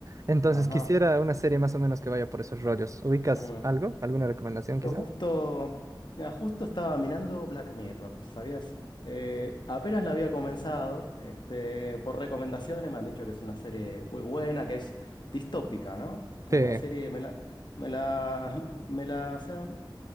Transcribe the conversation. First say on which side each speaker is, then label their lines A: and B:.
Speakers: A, on the right; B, on the left.
A: Entonces
B: Ajá.
A: quisiera una serie más o menos que vaya por esos rollos. ¿Ubicas
B: mm.
A: algo? ¿Alguna recomendación quizá?
B: Yo justo, mira, justo estaba mirando Black Mirror, ¿sabías? Eh, apenas la había comenzado, este, por recomendaciones me han dicho que es una serie muy buena, que es distópica, ¿no? Como
A: Sí.
B: una serie, me la, me la, me la, o sea,